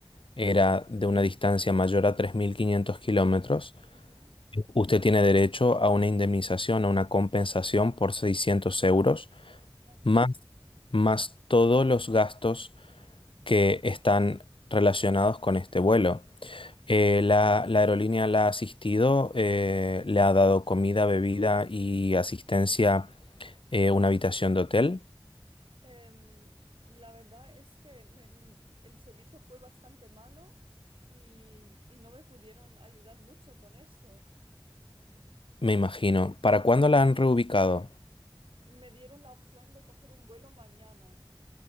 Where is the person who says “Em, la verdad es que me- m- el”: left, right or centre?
Right